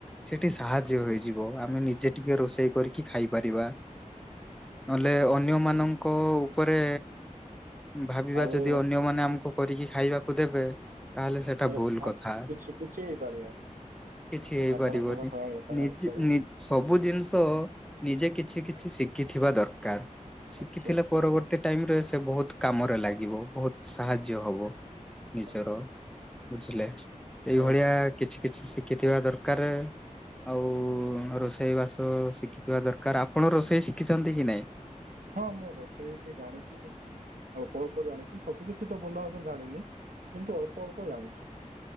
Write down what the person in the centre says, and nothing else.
ସେଠି ସାହାଯ୍ୟ ହେଇଯିବ ଆମେ ନିଜେ ଟିକେ ରୋଷେଇ କରିକି ଖାଇ ପାରିବା ନହେଲେ
ଅନ୍ୟ ମାନଙ୍କ ଙ୍କ ଉପରେ ଭାବିବା
ଯଦି ଅନ୍ୟ ମାନେ ଆମକୁ କରିକି ଖାଇବାକୁ ଦେବେ ତାହେଲେ ସେଟା
ଭୁଲ
କଥା।
କିଛି ହେଇପାରିବନି
ନିଜ
ନି ସବୁ ଜିନିଷ ନିଜେ କିଛି କିଛି ଶିଖିଥିବା ଦରକାର। ଶିଖିଥିଲେ
ପରବର୍ତ୍ତୀ
ଟାଇମ ରେ ସେ ବହୁତ କାମରେ ଲାଗିବ ବହୁତ ସାହାଯ୍ୟ ହବ ନିଜର।
ବୁଝିଲେ ଏଇଭଳିଆ
କିଛି କିଛି ଶ ଶିଖିଥିବା ଦରକାର ଆଉ ରୋଷେଇ ରୋଷେଇ ବାସ ଶିଖିଥିବା ଦରକାର ଆପଣ ରୋଷେଇ ଶିଖିଛନ୍ତି କି ନାଇଁ?